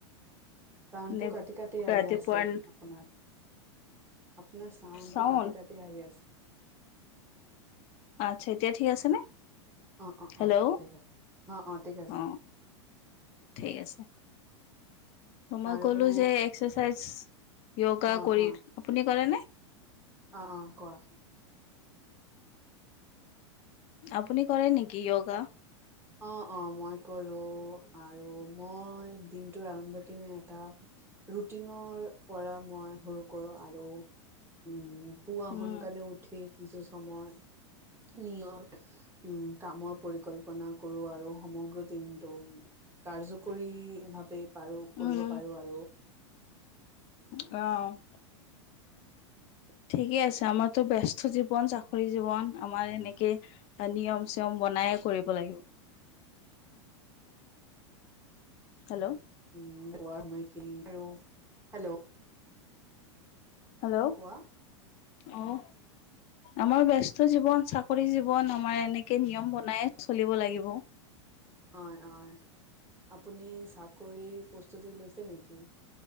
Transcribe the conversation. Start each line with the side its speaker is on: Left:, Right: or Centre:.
Right: চাউডটো
Left: মানে
Right: কাটি -কাটি
Left: ৰাতিপুৱাৰ
Right: আহি আছে আপোনাৰ। আপোনাৰ চাউণ্ডটো
Left: চাউণ্ড
Right: কাটি -কাটি আহি আছে!
Left: আচ্ছা, এতিয়া ঠিক আছে নে?
Right: অঁ, - অঁ-,
Left: হেল্ল'
Right: অঁ--! ঠিক আছে! অঁ-, অঁ ঠিক আছে!
Left: অ ঠিক
Right: অ
Left: আছে! ত' মই
Right: আৰু
Left: ক'লোঁ যে এক্সাৰচাইজ য়োগা
Right: অ
Left: কৰি,
Right: হ
Left: আপুনি কৰে নে?
Right: অ', - অ' কোৱা!
Left: আপুনি কৰে নেকি য়োগা?
Right: অঁ, - অঁ -মই কৰোঁ আৰু মই দিনটো আৰম্ভ কিনে এটা ৰুটিনৰ পৰা মই সৰু কৰোঁ আৰু উম পুৱা
Left: উম
Right: সোনকালে উঠি কিছু সময় নিয়ৰ উম কামৰ পৰিক ল্পনা, কৰোঁ আৰু সমগ্ৰ দিনটো কাৰ্যকৰী ভাৱে পাৰো কৰিব
Left: উম
Right: পাৰোঁ আৰু!
Left: অ'
Right: <inaudible>
Left: ঠিকে আছে, আমাৰতো ব্যস্ত জীৱন, চাকৰি জীৱন, আমাৰ এনেকে। নিয়ম-চিয়ম বনায়ে কৰিব লাগিব। হেল্ল'?
Right: উম, শুৱাৰ সময়খিনিত আৰু হেল্ল'
Left: হেল্ল'?
Right: কোৱা
Left: অ'!
Right: <inaudible>
Left: আমাৰ ব্যস্ত জীৱন, চাকৰি জীৱন। আমাৰ এনেকে, নিয়ম বনাইয়ে চলিব লাগিব।
Right: হয়, হয়! আপুনি চাকৰিৰ প্ৰস্তুতি লৈছে নেকি?